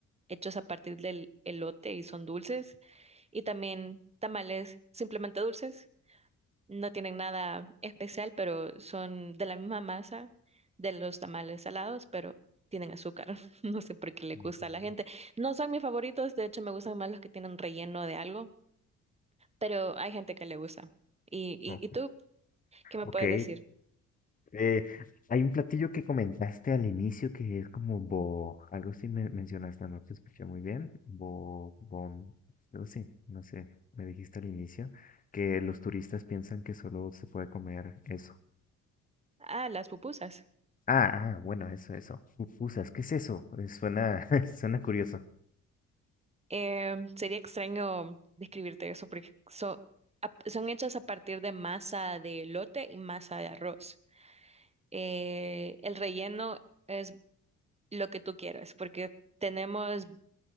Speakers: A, on the right (about 20°); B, on the left (about 25°).
A: hechos a partir del elote y son dulces. Y también tamales simplemente dulces no tienen nada especial, pero son de la misma masa de los tamales salados, pero tienen azúcar. <laughs> No sé por qué le
B: Ujú.
A: gusta a la gente. No son mis favoritos, de hecho me gustan más los que tienen relleno de algo, pero hay gente que le gusta. ¿Y, y,
B: Oh,
A: y tú qué me
B: ok.
A: puedes decir?
B: Eh, hay un platillo que comentaste al inicio que es como bo, algo sí me mencionaste, no te escuché muy bien, bo, bon, algo sí, no sé, me dijiste al inicio que los turistas piensan que solo se puede comer eso.
A: Ah, las pupusas.
B: Ah, ah, bueno, eso, eso. Pupusas, ¿qué es eso? Eh, Suena, <laughs> suena curioso.
A: Eh, sería extraño describirte eso porque so- a- son hechas a partir de masa de elote y masa de arroz. Eh, el relleno es lo que tú quieras, porque tenemos